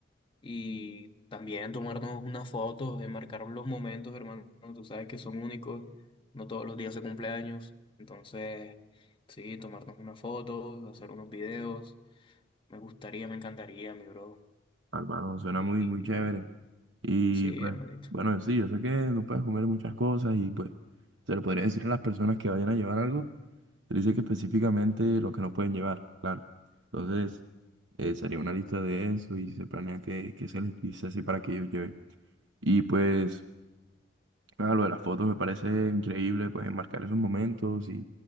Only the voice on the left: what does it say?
y también tomarnos unas fotos, enmarcar los momentos, hermano. Tú sabes que son únicos, no todos los días se cumpleaños. Entonces, sí, tomarnos unas fotos, hacer unos videos. Me gustaría, me encantaría, mi bro.
Y
Sí,
hermanito.